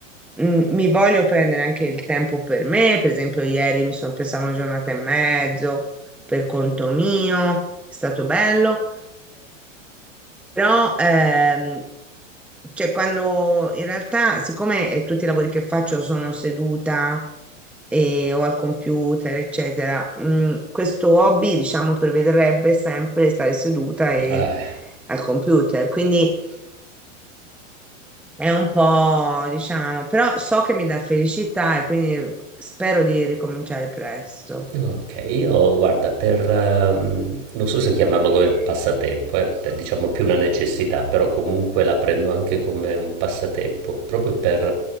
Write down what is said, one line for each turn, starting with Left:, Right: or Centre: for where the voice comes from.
Centre: mm, mi voglio prendere anche il tempo per me. Per esempio, ieri mi sono presa una giornata e mezzo per conto mio, è stato bello. Però, ehm, cioè, quando in realtà, siccome eh, tutti i lavori che faccio sono seduta e, o al computer, eccetera, mh, questo hobby, diciamo, prevederebbe sempre stare seduta e
Right: eh,
Centre: al computer. Quindi è un po', diciamo, però so che mi dà felicità e quindi spero di ricominciare presto.
Right: okay, io guarda per ehm, non so se chiamarlo come passatempo, eh, pe diciamo più una necessità, però comunque la prendo anche come un passatempo, proprio per